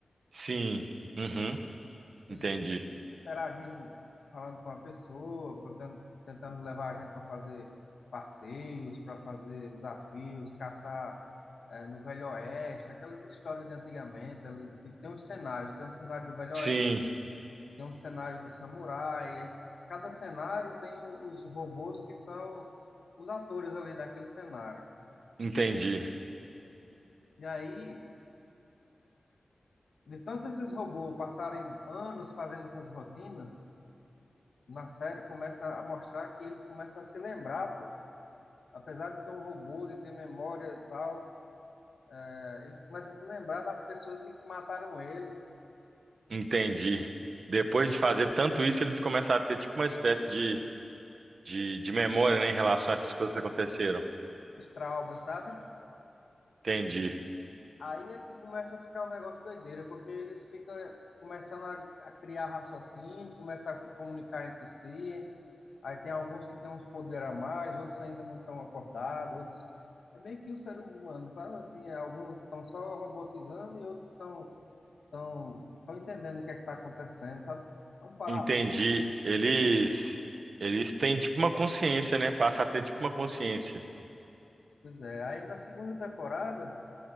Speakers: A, on the right; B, on the left.
A: Sim, uhum,
B: Ele
A: entendi.
B: interagindo, falando com a pessoa, tentando, tentando levar a gente para fazer passeios, para fazer desafios, caçar eh, no Velho Oeste, aquelas histórias de antigamente, ali, que tem uns cenários, tem um cenário do Velho
A: Sim,
B: Oeste, tem um cenário do samurai, aí cada cenário tem o- os robôs que são os atores ali daquele cenário.
A: entendi,
B: E aí, de tanto esses robôs passarem anos fazendo essas rotinas, na série começa a mostrar que eles começam a se lembrar, pô, apesar de ser um robô, de ter memória e tal, é, eles começam a se lembrar das pessoas que mataram eles,
A: entendi. Depois de fazer tanto isso, eles começam a ter tipo uma espécie de, de, de memória, né, em relação a essas coisas que aconteceram.
B: esses traumas, sabe?
A: Entendi,
B: Aí é que começa a ficar um negócio doideira, porque eles ficam começando a, a criar raciocínio, começam a se comunicar entre si. Aí tem alguns que têm uns poderes a mais, outros ainda não estão acordados, outros. É meio que o ser humano, sabe? Assim, alguns estão só robotizando e outros estão estão entendendo o que é que está acontecendo, sabe? É um paralelo.
A: entendi. Eles, eles têm tipo uma consciência, né? Passa a ter tipo uma consciência.
B: Pois é. Aí na segunda temporada,